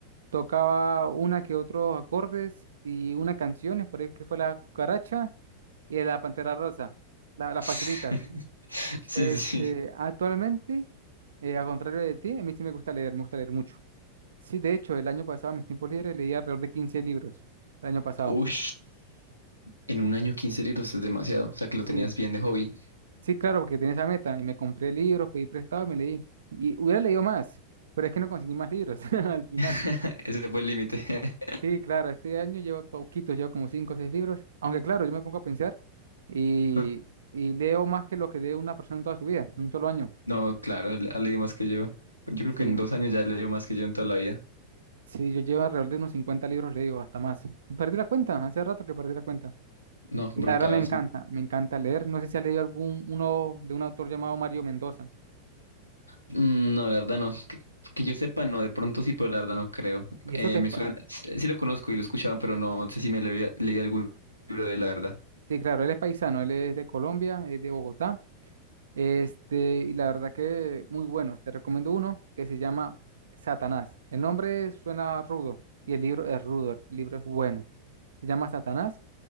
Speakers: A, on the right; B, on the left.
A: Tocaba una que otros acordes y una canción, por ahí que fue la Cucaracha y la Pantera Rosa, la- las
B: <laughs>
A: facilitas.
B: Sí,
A: Este,
B: sí.
A: actualmente, eh, al contrario de ti, a mí sí me gusta leer, me gusta leer mucho. Sí, de hecho, el año pasado, en mis tiempos libres, leí alrededor de 15 libros. El año pasado.
B: Uy. En un año 15 libros es demasiado. O sea que
A: Sí,
B: lo tenías bien de hobby.
A: sí, claro, porque tenía esa meta. Y me compré libros, pedí prestado y me leí. Y hubiera leído más, pero es que no conseguí más libros <laughs> al final.
B: <laughs> Ese fue el límite.
A: Sí, claro, este año llevo poquitos, llevo como 5 o 6 libros. Aunque, claro, yo me pongo a pensar y,
B: <laughs>
A: y leo más que lo que lee una persona en toda su vida, en un solo año.
B: No, claro, él ha leído más que yo. Yo creo que
A: Sí,
B: en dos años ya leyó más que yo en toda la vida.
A: sí, yo llevo alrededor de unos 50 libros leídos, hasta más. Perdí la cuenta, hace rato que perdí la cuenta.
B: No,
A: Y
B: brutal.
A: la verdad me encanta, me encanta leer. No sé si has leído algún, uno de un autor llamado Mario Mendoza.
B: Mm, No, la verdad no. Que, que yo sepa, no, de pronto sí, pero la verdad no creo.
A: Y
B: Eh,
A: eso que es,
B: me
A: pa-
B: suena, sí sí lo conozco y lo he escuchado, pero no sé si me lo había leído algún libro de él, la verdad.
A: sí, claro, él es paisano, él es de Colombia, es de Bogotá. Este, y la verdad que muy bueno. Te recomiendo uno que se llama Satanás. El nombre suena rudo y el libro es rudo, el libro es bueno. Se llama Satanás.